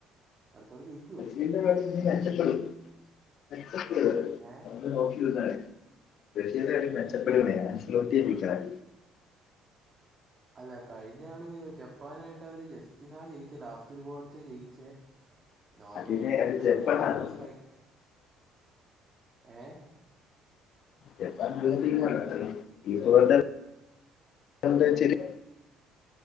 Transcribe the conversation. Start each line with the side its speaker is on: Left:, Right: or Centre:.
Right: അടുത്താള് ജയിക്കൊ?
Left: <unintelligible>
Right: ഏഹ്‌
Left: <unintelligible>
Right: അല്ല കഴിഞ്ഞ കളി ജപ്പാനായിട്ട് അവര് ജസ്റ്റിന ജയിച്ചേ ലാസ്റ്റ് ഒരു ഗോൾ അടിച ജയിച്ചേ നോർവേയും
Left: അതിനെ
Right: നല്ല
Left: അത് ജപ്പാനാണ്
Right: കളിയാണ് അവരുടെ സ്ട്രൈക്ക് ഏഹ്‌
Left: ജപ്പാൻ <unintelligible>